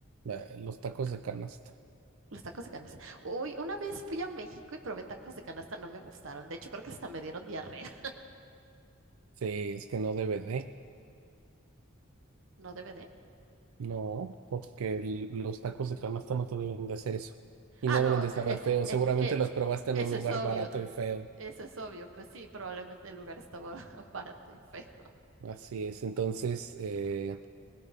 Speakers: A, on the right; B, on the right.
A: eh, los tacos de canasta.
B: Los tacos de canasta. Uy, una vez fui a México y probé tacos de canasta, no me gustaron. De hecho, creo que hasta me dieron diarrea.
A: Sí, es que no debe de.
B: <laughs> ¿No debe de?
A: No, porque el- los tacos de canasta no te deben de hacer eso. Y
B: Ah,
A: no
B: no,
A: deben de saber
B: eh,
A: feo. Seguramente
B: eh, eh,
A: los probaste en
B: eso
A: un lugar
B: es obvio.
A: barato y feo.
B: Eso es obvio, pues sí, probablemente el lugar estaba <laughs> barato y feo.
A: Así es. Entonces, eh,